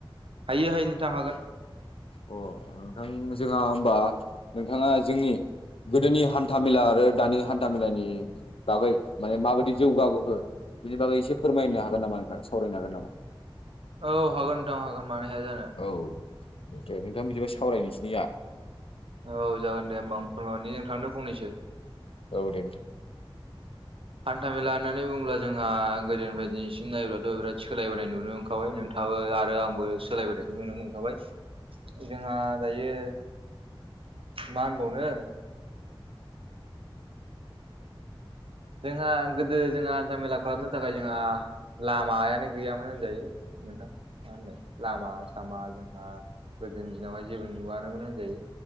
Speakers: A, on the right; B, on the left.
A: हायो हायो नोथां हागोन।
B: अ नोंथां जोंहा होबा नोंथाङा जोंनि गोदोनि हान्था मेला आरो दानि हान्था मेलानि बागै माने माबायदि जौगाबोखो बिनि बागै एसे फोरमायनो हागोन नामा नोंथां सावरायनो हागोन नामा?
A: औ हागोन नोंथां हागोन मानो हाया जानो।
B: औ दे नोंथां बिदिबा सावरायनोसै दे जाहा।
A: औ जागोन दे होमबा आं फोरमायहरनि नोंथांनो फंनैसो
B: औ दे नोंथां
A: हान्था मेला होननानै बुङोब्ला जोंहा गोदोनिफ्राय दिनैसिम नायब्लाथ' बिराद सोलायबोनाय नुदों मोनखाबाय नोंथाङाबो आरो आंबो सोलायबोनायखौ नुनो मोनखाबाय जोंहा दायो मा होनबावनो जोंहा गोदो जोंहा हान्था मेला खालामनो थाखाय जोंहा लामायानो गैयामोन होनजायो नोंथां मा होनो लामा सामा जोंहा गोदोनि दिनावहाय जेबो नुवानोमोन होनजायो